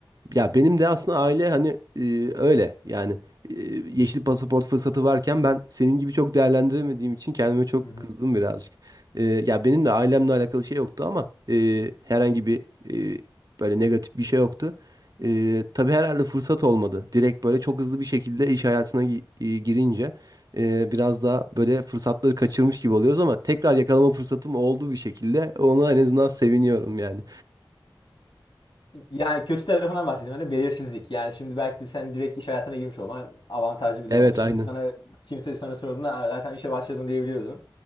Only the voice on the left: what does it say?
hı
hı,
hı hı.
Yani kötü tarafından bahsedeyim. Hani belirsizlik. Yani şimdi belki de sen direkt iş hayatına girmiş olman avantajlı bir
durum olmuş. Şimdi
sana kimse sana sorduğunda "Aa, zaten işe başladın diyebiliyordun.